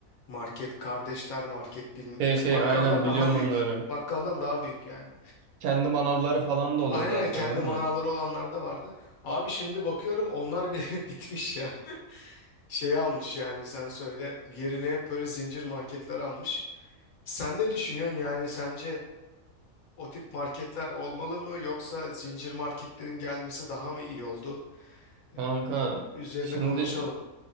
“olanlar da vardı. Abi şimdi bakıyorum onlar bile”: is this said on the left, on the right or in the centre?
Left